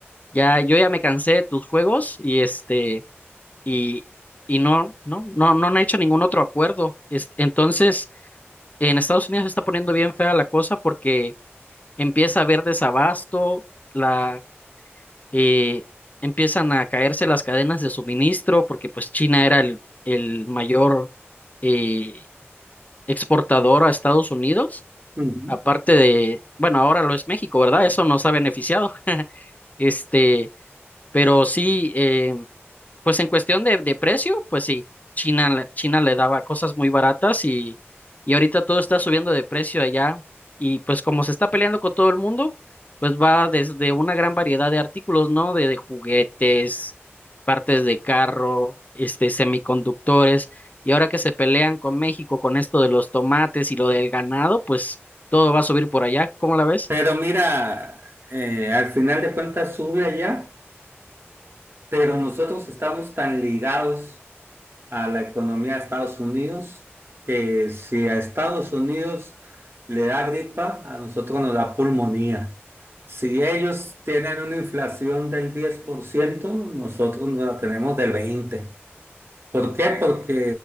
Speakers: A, on the left (about 35°); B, on the right (about 55°).
A: ya, yo ya me cansé de tus juegos y este y, y no, no, no, no han hecho ningún otro acuerdo. Es- entonces, en Estados Unidos se está poniendo bien fea la cosa porque empieza a haber desabasto, la, eh, empiezan a caerse las cadenas de suministro porque pues China era el, el mayor eh, exportador a Estados Unidos,
B: Ujú.
A: aparte de, bueno, ahora lo es México, ¿verdad? Eso nos ha beneficiado. <laughs> Este, pero sí, eh, pues en cuestión de, de precio, pues sí, China, le- China le daba cosas muy baratas y, y ahorita todo está subiendo de precio allá y pues como se está peleando con todo el mundo, pues va desde una gran variedad de artículos, ¿no? De, de juguetes, partes de carro, este, semiconductores y ahora que se pelean con México con esto de los tomates y lo del ganado, pues todo va a subir por allá, ¿cómo la ves?
B: Pero mira, eh, al final de cuentas sube allá, pero nosotros estamos tan ligados a la economía de Estados Unidos que si a Estados Unidos le da gripa, a nosotros nos da pulmonía. Si ellos tienen una inflación del diez por ciento nosotros nos la tenemos del 20%. ¿Por ciento. ¿Por qué? Porque